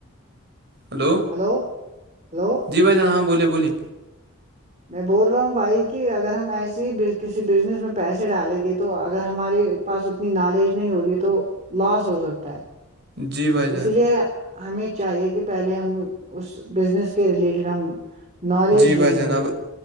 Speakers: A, on the right; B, on the right.
A: hello
B: hello hello
A: جی بائیان ہاں بولیے بلیے
B: میں بول رہا ہوں بھائی کہ اگر ہم ایسی ہی کسی بزنس میں پیسے ڈالیں گے تو اگر ہماری پاس اتنی نالج نہیں ہوگی تو لاس ہو سکتا ہے
A: جی بھائی جان
B: اسی لیے ہمیں چاہیے کہ پہلے ہم اس بزنس کے ریلیٹڈ ہم نالج
A: جی بھائی
B: گین
A: جناب
B: کرے